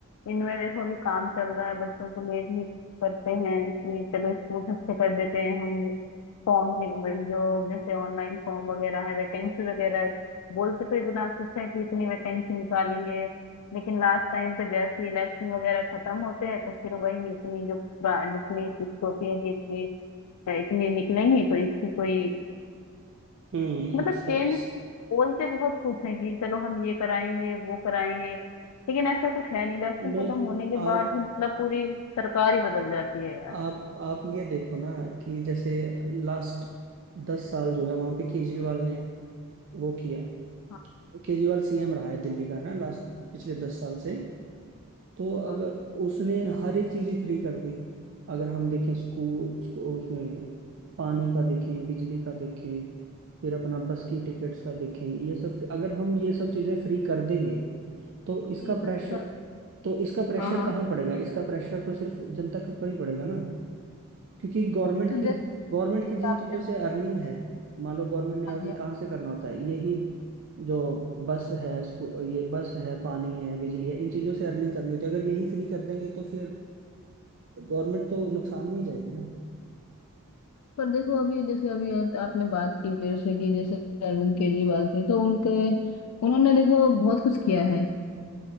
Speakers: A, on the left; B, on the right.
A: इनमें देखो अभी काम चल रहा है बच्चों को मेड ही करते हैं कि चलो स्कूल अच्छे कर देते हैं हम फॉर्म जो जैसे ऑनलाइन फॉर्म वगैरह है वैकेंसी वगैरह बोलते तो इतना कुछ है कि इतनी वैकेंसी निकालेंगे लेकिन लास्ट टाइम पे जैसे इलेक्शन वगैरह खत्म होते हैं तो फिर वही इतनी जो पुरा- जितनी फिक्स होती है कि इतनी इतनी निकलेंगी तो इसकी कोई
B: हम्म
A: मतलब
B: स-
A: चेंज
B: स-
A: बोलते बहुत कुछ है कि चलो हम ये कराएंगे वो कराएंगे लेकिन ऐसा कुछ है नहीं इलेक्शन
B: नहीं
A: खत्म होने के
B: आप
A: बाद ही मतलब पूरी सरकार ही बदल जाती है यार
B: आप आप ये देखो ना कि जैसे लास्ट दस साल जो है वहां पे केजरीवाल ने वो किया है
A: हाँ
B: केजरीवाल सीएम रहा है दिल्ली का है ना लास्ट पिछले दस साल से तो अब
A: हाँ
B: उसने हर एक चीज ही फ्री कर दी अगर हम देखें स्कूल उसको उसमें पानी का देखें बिजली का देखें फिर अपना बस की टिकट्स का देखें ये सब free- अगर हम ये सब चीजें फ्री कर देंगे तो इसका
A: ये
B: प्रेशर
A: दस साल
B: तो इसका प्रेशर
A: हाँ हाँ
B: कहाँ पड़ेगा इसका प्रेशर तो सिर्फ जनता के ऊपर ही पड़ेगा ना क्योंकि गवर्नमेंट
A: तो
B: की
A: जैसे
B: गवर्नमेंट की जिन
A: आपने
B: चीज़ों से अर्निंग है मान लो गवर्नमेंट ने
A: हाँ
B: अर्न
A: जी
B: कहाँ से करना होता है यही जो बस है इसको ये बस है पानी है बिजली है इन चीज़ों से अर्निंग करनी होती है अगर यही फ्री कर देंगे तो फिर गवर्नमेंट तो नुकसान में ही जाएगी ना
A: पर देखो अभी जैसे अभी आपने बात की मेरे से कि जैसे अरविंद केजरीवाल थे तो उनके उन्होंने देखो बहुत कुछ किया है